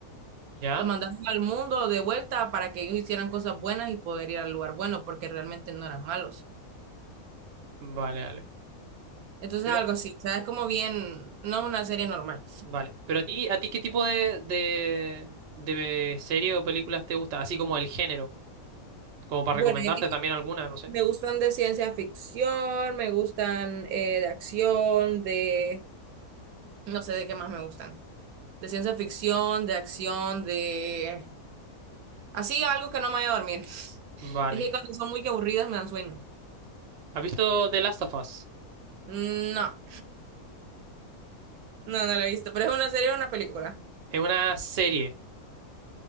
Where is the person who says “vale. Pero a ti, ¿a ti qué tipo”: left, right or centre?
Right